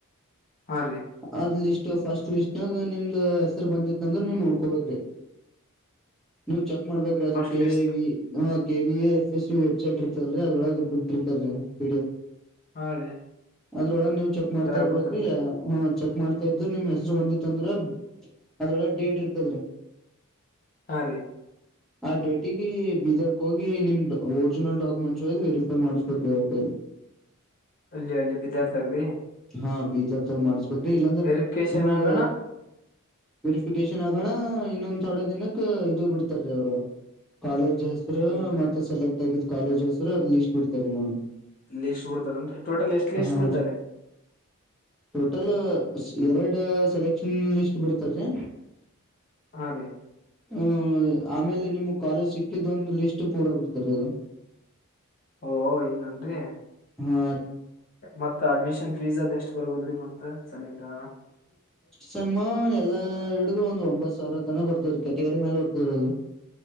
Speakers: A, on the left; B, in the centre.
A: ಹಾ ರೀ
B: ಅ ಲ ಫಸ್ಟ್ ಲಿಸ್ಟ್ ನಾಗ ನಿಮ್ದ್ ಹೆಸರು ಬಂದಿತ್ತ ಅಂದ್ರೆ ನೀವ್ ನೋಡ್ಕೋಬೇಕ್ರಿ ನೀವು್ ಚೆಕ್ ಮಾಡ್ಬೇಕ್ರೀ ಅದು
A: first
B: K
A: list
B: V K V F S C website ಇರ್ತಲ್ರರಿ ಅದ್ರೊಳಗೆ ಬಿಟ್ಟಿರ್ತಾರ ರೀ ಪಿಡಿ ಎಫ್
A: ಹಾ ರೀ
B: ಅದ್ರೊಳಗ ನೀವು ಚೆಕ್ ಮಾಡ್ತಾ
A: ಅದ್ರಾಗ
B: ಇರ್ಬೇಕ್ರಿ
A: ಬಿಡ್ತಾರನ್ರಿ
B: ಹ ಚೆಕ್ ಮಾಡ್ತಾ ಇದ್ರ ನಿಮ್ ಹೆಸರು ಬಂದಿತ್ಂದ್ರ ಅದ್ರೊಳೆ ಡೇಟ್ ಇರ್ತದ್ರಿ
A: ದಿ
B: ಆ ಡೇಟಿಗೆ ಬೀದರ್ಕ್ ಹೋಗಿ ನಿಮ್ದ ಒರಿಜಿನಲ್ ಡಾಕ್ಯುಮೆಂಟ್ಸ್ ಹ್ದ್ ವೆರಿಫೈ ಮಾಡ್ಸ್ಬೇಕೇ ರೀ ಅವ್ರ ಕ
A: ಅಲ್ಲಿ ಅಲ್ಲಿ ಬಿದ್ದಾರ್ಥಗ್ರಿ
B: ಹಾ ಬೀದರ್ದಾಗ ಮಾಡ್ಸ್ಬೇಕ್ರಿ ಇಲ್ಲಾಂದ್ರೆ
A: ವೆರಿಫಿಕೇಶನ್
B: ನಿಮ್ಮದ
A: ಆಗೋಣ
B: ವೆರಿಫಿಕೇಶನ್ ಆಗೋಣ ಇನ್ನೊಂದ್ ಥೊಡೆ ದಿನಕ್ ಇದು ಬಿಡ್ತಾರ ಅವರು ಕಾಲೇಜ್ ಹೆಸರು
A: ಏನ್ರಿ
B: ಮತ್ತೆ ಸೆಲೆಕ್ಟ್ ಆಗಿದ್ ಕಾಲೇಜ್ ಹೆಸರು ಅದ್ ಲಿಸ್ಟ್ ಬಿಡ್ತಾರೀ ನಾ
A: ಲಿಸ್ಟ್ ಬಿಡ್ತಾರೆ ಟೋಟಲ್ ಎಸ್ಟ್ ಲಿಸ್ಟ್
B: ಹಾ
A: ಬಿಡ್ತಾರೆ
B: ಟೋಟಲ್ ಎರಡು ಸೆಲೆಕ್ಷನ್ ಲಿಸ್ಟ್ ಬಿಡ್ತಾರ್ರೀ
A: ಹಾ ರೀ
B: ಹ ಆಮೇಲೆ ನಿಮ್ ಕಾಲೇಜ್ ಸಿಕ್ಕಿದೊಂದು ಲಿಸ್ಟ್ ಪೂರಾ ಬಿಡ್ತಾರ ಅದು
A: ಓ ಇನ್ನನ್ರಿ
B: ಹಾ
A: ಮತ್ತತ್ ಅಡ್ಮಿಷನ್ ಫೀಸ್ ಅದ್ ಎಷ್ಟ್ ಬರ್ಬೋದ್ರಿ ಮತ್ತ ಸೆಲೆಕ್ಟ್ ಆಗೋಣ
B: ಸಮ್ಮ ಎಲ್ಲಾ ಹಿಡಗು ಒಂದ್ ಒಂಬತ್ ಸಾವಿರ ತನ ಬರ್ತದ ಕ್ಯಾಟಗರಿ ಮೇಲೆ ಓದ್ತದ ಅದು